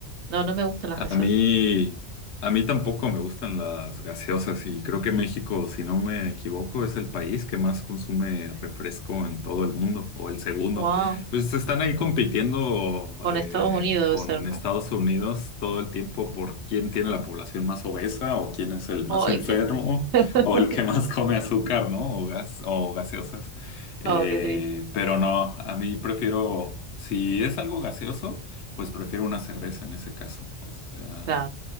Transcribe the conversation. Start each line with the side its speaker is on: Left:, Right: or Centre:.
Right: no, no me gustan las
Left: A
Right: gaseosas.
Left: mí, a mí tampoco me gustan las gaseosas y creo que México, si no me equivoco, es el país que más consume refresco en todo el mundo, o el segundo.
Right: Wow,
Left: Pues están ahí compitiendo
Right: con
Left: eh,
Right: Estados Unidos
Left: con
Right: debe ser, ¿no?
Left: Estados Unidos todo el tiempo por quién tiene la población más obesa o quién es el más
Right: Ay,
Left: enfermo
Right: <laughs>
Left: o el que más come azúcar, ¿no? O gas, o gaseosas. Eh,
Right: Oh, qué triste.
Left: pero no, a mí prefiero, si es algo gaseoso. Pues prefiero una cerveza en ese caso. O sea,
Right: Claro,